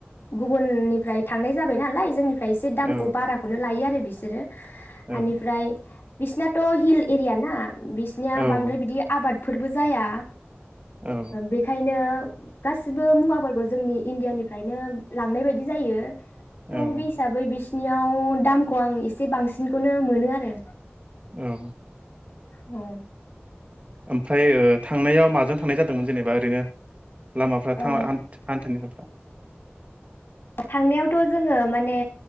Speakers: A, on the left; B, on the right.
A: गुबुननिफ्राय थांनाय जाबाय नालाय जोंनिफ्राय फ्राय एसे दामखौ
B: औ
A: बाराखौनो लायो आरो बि सोरो।
B: औ
A: इनिफ्राय बिसिनाथ हिल एरिया ना बिसिनिया
B: औ
A: बांद्राय बिदि आबाद फोरबो जाया।
B: औ।
A: बेखायनो ओ गासिबो मुवाफोरखौ जोंनि इण्डियानिफ्रायनो लांनाय बायदि जायो। त
B: औ
A: बे हिसाबै बि नियाव दामखौ आं एसे बांसिनखौनो मोनो आरो।
B: औ।
A: औ।
B: ओमफ्राय ओ थांनायाव माजों थांनाय जादोंमोन जेनेबा ओरैनो? लामाफ्रा
A: औ
B: थां आन्थ <unintelligible>
A: थांनायावथ जोङो माने